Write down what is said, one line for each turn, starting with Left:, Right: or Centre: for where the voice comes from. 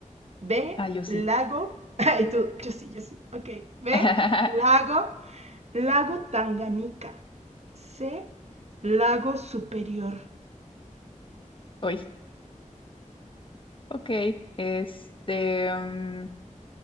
Right: B,
Left: ah, yo sí.
Right: lago... <laughs> Ay, tú, yo sí, yo sí. Ok. B,
Left: <laughs>
Right: lago, lago Tanganica. C, lago superior. <laughs>
Left: Hoy, ok, este, mm,